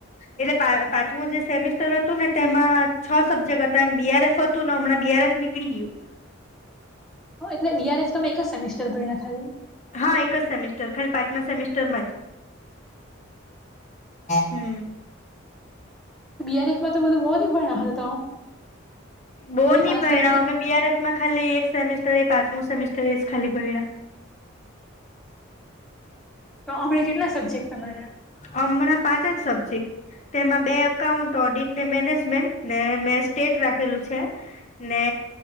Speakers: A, on the left; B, in the centre.
A: એટલે પાંચમુ જે સેમેસ્ટર હતું ને તેમાં છ સબ્જેક્ટ હતા એમ બી આર એફ હતું ને હમણાં બી આર એફ નીકળી ગીયું
B: હ એટલે બી આર એફ એક જ સેમેિસ્ટર ભયણા ખાલી
A: હા, એક જ સેમિસ્ટર ખાલી પાંચમા સેમિસ્ટરમાં જ હમ હ
B: બી આર એફ તો બધા બો ની ભણાવ <unintelligible>
A: બોની
B: સાત
A: ભયણા
B: સબ્જેક્ટ
A: અમે બી આર એફ માં ખાલી એક સેમિસ્ટર એ પાચ મો સેમેસ્ટર એ જ ખાલી ભયણા
B: તો આમે કેટલા સબ્જેક્ટ તમારા?
A: હમણાં પાંચ જ સબ્જેક્ટ તેમાં બે એકકાઉન્ટ, ઓડિટ ને મેનેજમેન્ટ ને મેં સ્ટેટ રાખેલું છે ને